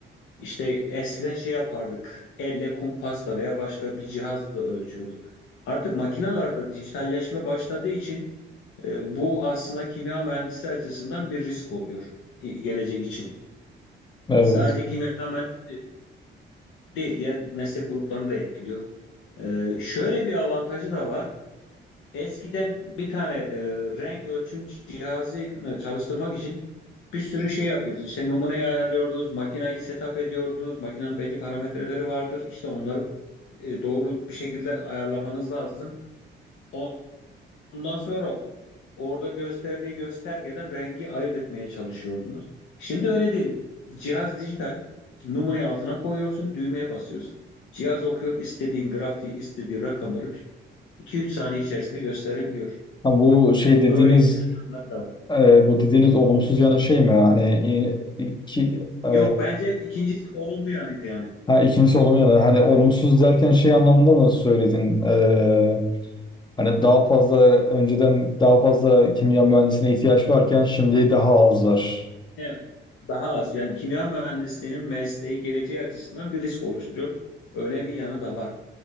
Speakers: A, on the left; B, on the left.
A: İşte eskiden şey yapardık, elle kumpasla veya başka bir cihazla ölçüyorduk. Artık makinalarda dijitalleşme başladığı için e, bu aslında kimya mühendisi açısından bir risk oluyor e, gelecek için.
B: Evet.
A: Sadece kimya mühendisi değil diğer meslek gruplarını da etkiliyor. Ee, şöyle bir avantajı da var. Eskiden bir tane e, renk ölçüm cihazını çalıştırmak için bir sürü şey yapıyordunuz. İşte numuneyi ayarlıyordunuz, makinayı setup ediyordunuz. Makinenin belli parametreleri vardır. İşte onları e, doğru bir şekilde ayarlamanız lazım. On- Ondan sonra orada gösterdiği göstergeden rengi ayırt etmeye çalışıyordunuz. Şimdi öyle değil. Cihaz dijital. Numarayı altına koyuyorsun, düğmeye basıyorsun. Cihaz okuyor, istediğin grafiği, istediği rakamları 2-3 saniye içerisinde gösterebiliyor.
B: Ha, bu şey dediğiniz
A: Böyle güzel yanları da var.
B: e, bu dediğiniz olumsuz yanı şey mi? Hani e, ki e,
A: Yok, bence ikincisi olumlu yanıydı yani.
B: Ha ikincisi olumlu yanı. Hani olumsuz derken şey anlamında mı söyledin? Ee, hani daha fazla önceden daha fazla kimya mühendisine ihtiyaç varken şimdi daha az var.
A: Evet. Daha az. Yani kimya mühendisliğinin mesleği geleceği açısından bir risk oluşturuyor. Öyle bir yanı da var.